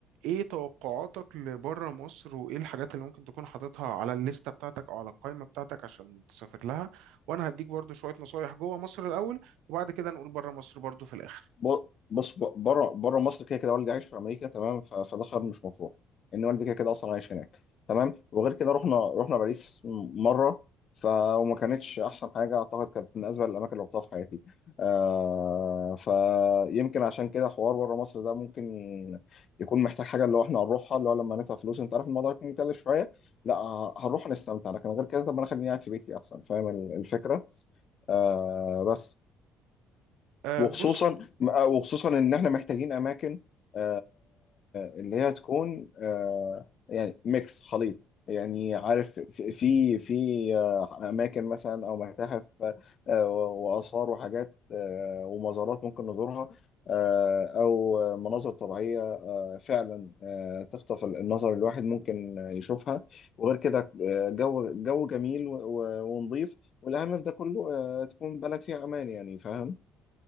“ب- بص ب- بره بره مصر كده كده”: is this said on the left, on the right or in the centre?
Left